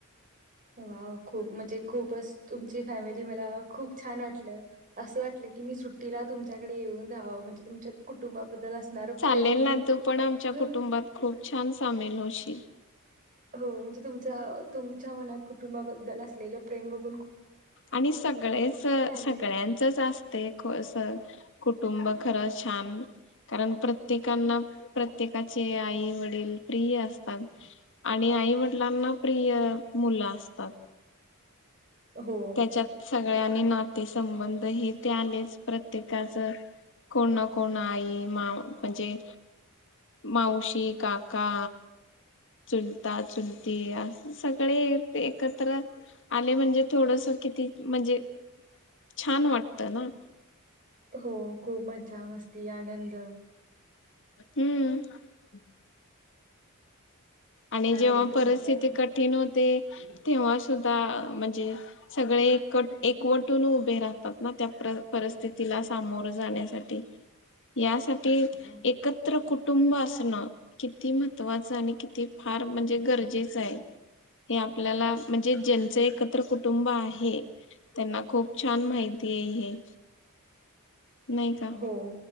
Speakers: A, on the right; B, on the left.
A: वाव खूप म्हंजे खूपच तुमची फॅमिली मला खूप छान वाटलं. असं वाटलं की मी सुट्टीला तुमच्याकडे येऊन राहावं म्हणजे तुमच्या कुटुंबाबद्दल असणारं
B: चालेल
A: प्रेम तुम्ही
B: ना, तू पण आमच्या
A: क
B: कुटुंबात खूप छान सामील होशील.
A: हो म्हणजे तुमच्या तुमच्या मनात कुटुंबाबद्दल असलेलं प्रेम बघू्
B: आणि सगळेच
A: फॅमिली
B: सगळ्यांचच असतयं को असं कुटुंब खरं छान कारण प्रत्येकांना प्रत्येकाचे आई वडील प्रिय असतात आणि आई वडिलांना प्रिय मुलं असतात‌.
A: हो,
B: त्याच्यात सगळ्यांनी ना ते संबंध हे ते आलेच. प्रत्येकाच कोण ना कोण आई माव म्हणजे मावशी, काका, चुलता, चुलती अस सगळे येत एकत्र आले म्हणजे थोडस किती म्हणजे छान वाटतं ना.
A: हो खूप मज्जा, मस्ती, आनंद
B: हम्म आणि जेव्हा
A: भारी तुमच्या
B: परस्थिती कठीण होत ते तेव्हा सुुद्धा म्हणजे सगळे एक एकवटून उभे राहतात ना त्या पर परिस्थितीला सामोरं जाण्यासाठी, यासाठी ते
A: हो,
B: एकत्र कुठ कुटुंब असणं किती महत्वाचं आणि किती फार म्हणजे गरजेचं आहे, हे आपल्याला म्हणजे ज्यांच एकत्र कु कुटुंब आहे, त्यांना खूप छान माहिती आहे हे. नाही का?
A: हो,